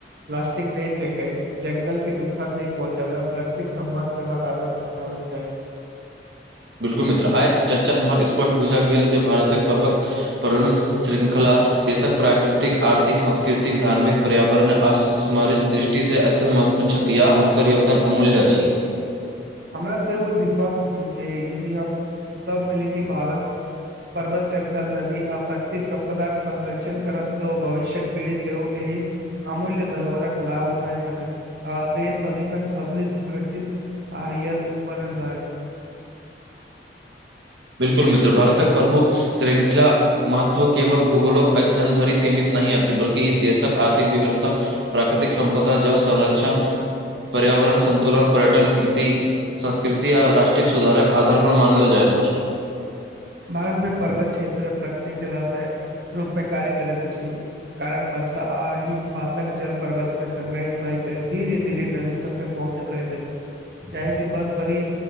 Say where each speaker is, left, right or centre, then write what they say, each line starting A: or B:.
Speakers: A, on the right; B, on the right.
A: प्लास्टिक नहि फेके, जंगल के नुकसान नहि पहुँचाबए, प्राकृतिक सम्मान करबाक आदत आबैक चाहि।
B: बिल्कुल मित्र आइ चर्चा हमर स्पष्ट बुझा गेल जे भारतक पर्वक परणु शृंखला देशक प्राकृतिक, आर्थिक, सांस्कृतिक धार्मिक, पर्यावरण असमरि दृष्टि से अत्यन्त महत्व पुन्य छथि या हुनकर योगदान अमूल्य अछि।
A: हमरा सेहो ई विश्वास अछि जे यदि हम सब मिले के बालक परर्बत, जंगल, नदी आ प्रतिक संपदाक संरक्षण करब तऽ भविष्य्यक पीढ़ि सेहो एहि अमूल्य धरोहरक लाभ उठाय सकत आ देश सदिखन समृद्ध सुरक्षित आरियर बनल रहत
B: बिल्कुल मित्र भारतक प्रमुख श्रृंखला महत्व केवल भूगोलक अध्ययन धरि सीमित नहि अति बल्कि ई देशक आर्थिक व्यवस्था- प्राकृतिक संपदा जल संरक्षण पर्यावरण संतुलन पर्यटन कृषि- संस्कृति आओ राष्ट्रीय सुधारक आधारपर मानल जाइत अछि।
A: भारत मे पर्वत क्षेत्र प्रकृतिक जलाशय रूपमे कार्य करैत अछि। कारण बदशा आ हिमपाातक जल पर्वत मे संग्रहित भएय धीरे -धीरे नदी सबमे- पहुँचैत रहैत अछि जाहि से बस भरी